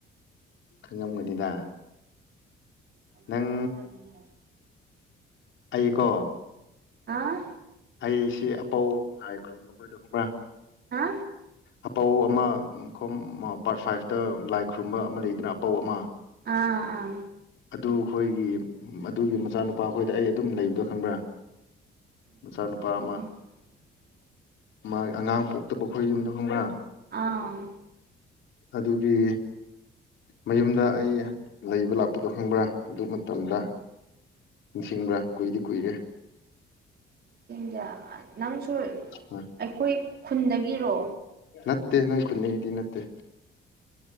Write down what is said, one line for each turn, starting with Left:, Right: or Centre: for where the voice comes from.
Left: ꯈꯪꯉꯝꯒꯅꯤꯗ
Right: ꯀꯅꯥ
Left: ꯅꯪ
Right: ꯑꯣꯗꯔꯖꯅ ꯍꯦ
Left: ꯑꯩꯀꯣ
Right: ꯑꯥ
Left: ꯑꯩꯁꯤ ꯑꯄꯧ ꯂꯥꯏꯈ꯭ꯔꯣ ꯃꯈꯣꯏꯗ ꯈꯨꯝꯕ꯭ꯔꯥ
Right: ꯍꯥ
Left: ꯑꯄꯧ ꯑꯃ ꯃꯈꯣ ꯄꯥꯔꯠ ꯐꯥꯏꯚꯇ ꯂꯥꯏ ꯈꯨꯔꯨꯝꯕ ꯑꯃ ꯂꯩꯗꯅ ꯑꯄꯧ ꯑꯃ
Right: ꯑꯥ ꯑꯥ
Left: ꯑꯗꯨ ꯑꯩꯈꯣꯏꯒꯤ ꯑꯗꯨꯒꯤ ꯃꯆꯥꯅꯨꯄꯥ ꯑꯩꯈꯣꯏꯗ ꯑꯩ ꯑꯗꯨꯝ ꯂꯩꯕꯗꯣ ꯈꯪꯕ꯭ꯔꯥ ꯃꯆꯥꯅꯨꯄꯥ
Right: ꯃꯆꯥ
Left: ꯑꯃ ꯃꯥ ꯑꯉꯥꯡ ꯄꯣꯛꯇꯕꯈꯣꯏ ꯌꯨꯝꯗ ꯈꯪꯕ꯭ꯔꯥ
Right: ꯑꯥ
Left: ꯑꯗꯨꯒꯤ ꯃꯌꯨꯝꯗ ꯑꯩ ꯂꯩꯕ ꯂꯥꯛꯄꯗꯣ ꯈꯪꯕ꯭ꯔꯥ ꯑꯗꯨ ꯃꯇꯝꯗ ꯅꯤꯡꯁꯤꯡꯕ꯭ꯔꯥ ꯀꯨꯏꯗꯤ ꯀꯨꯏꯔꯦ
Right: ꯁꯤꯗ ꯅꯪꯁꯨ
Left: ꯑ
Right: ꯑꯩꯈꯣꯏ ꯈꯨꯟꯗꯒꯤꯔꯣ
Left: ꯅꯠꯇꯦ ꯅꯣꯏ ꯈꯨꯅꯗꯤ ꯅꯠꯇꯦ